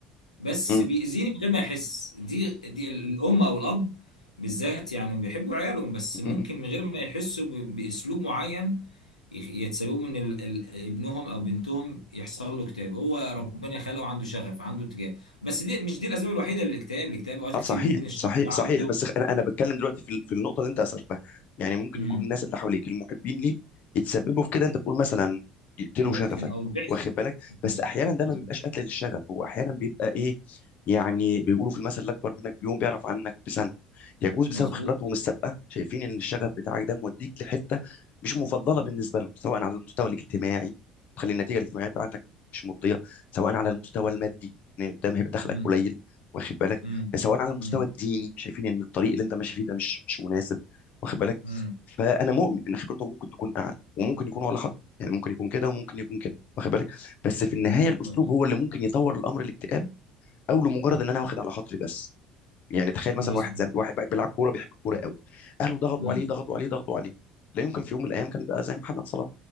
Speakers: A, on the left; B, on the left.
A: بس
B: م-
A: بيأذيني من غير ما يحس دي دي الام او الاب بالذات يعني بيحبوا عيالهم بس ممكن
B: م- م-
A: من غير ما يحسوا ب... باسلوب معين يخ- يتسببوا ان ال... ال... ابنهم او بنتهم يحصل له اكتئاب هو ربنا خلقه عنده شغف عنده اتجاه بس دي مش دي الاسباب الوحيده للاكتئاب الاكتئاب اوقات
B: اه
A: كتير
B: صحيح
A: بيكون الشخص
B: صحيح
A: عنده
B: صحيح بس انا انا بتكلم دلوقتي في في النقطه اللي انت اثرتها يعني ممكن
A: امم
B: يكون الناس اللي حواليك المحبين ليك يتسببوا في كده انت بتقول مثلا يقتلوا
A: ممكن
B: شغفك
A: او بيحصل
B: واخد بالك بس
A: مظبوط
B: احيانا ده ما
A: مظبوط
B: بيبقاش قتل للشغف هو احيانا بيبقى ايه يعني بيقولوا في المثل الاكبر منك بيوم بيعرف عنك بسنه يجوز بسبب
A: مظبوط
B: خبراتهم السابقه شايفين ان الشغف بتاعك ده موديك لحته مش مفضله بالنسبه لهم سواء على المستوى الاجتماعي تخلي النتيجه الاجتماعيه بتاعتك مش مرضيه سواء على المستوى المادي ان قدام هيبقى دخلك
A: امم
B: قليل واخد بالك
A: امم
B: سواء على المستوى
A: امم
B: الديني شايفين ان الطريق اللي انت ماشي فيه ده مش مش مناسب واخد بالك
A: امم
B: فانا مؤمن ان خبرتهم ممكن تكون اعلى وممكن يكونوا على خط يعني ممكن يكون كده وممكن يكون كده واخد بالك بس في النهايه الاسلوب
A: مظبوط
B: هو اللي ممكن يطور الامر الاكتئاب او لمجرد ان انا واخد على خاطري بس يعني تخيل مثلا
A: مظبوط
B: واحد زي واحد بقى بيلعب كوره بيحب الكوره قوي اهله ضغطوا
A: امم
B: عليه ضغطوا عليه ضغطوا عليه لا يمكن في يوم من الايام كان بقى زي محمد صلاح